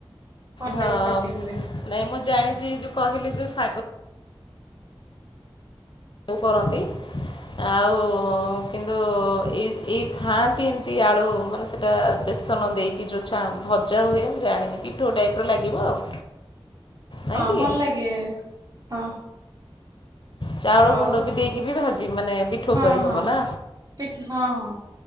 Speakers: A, on the right; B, on the left.
A: ଭଲ
B: ହଁଅ-ଅ,
A: ଲାଗେ ପାଟିକୁ
B: ନାଇଁ ମୁଁ ଜାଣିଛି ଯୋଉ କହିଲେ ଯୋଉ ଶାଗ ସବୁ କରନ୍ତି। ଆଉ କିନ୍ତୁ ଏଇ ଏଇ ଖାଆନ୍ତି ଏମିତି ଆଳୁ ମାନେ ସେଟା ବେଶ୍ ସନ ଦେଇକି ଯୋଉ ଭଜା ହୁଏ, ମୁଁ ଜାଣିନି ପିଠୁ ଟାଇପ ର ଲାଗିବ ଆଉ। ନାଇଁ
A: ହଁ
B: କି
A: ଭଲ ଲାଗେ ହଁ
B: ଚାଉଳ
A: ଆଉ
B: ଗୁଣ୍ଡ ବି ଦେଇକି ବି ଭାଜି ମାନେ ପିଠୋ
A: ହଁ
B: କରି ହବ
A: ହଁ
B: ନା
A: ପିଠା ହଁ ହଁ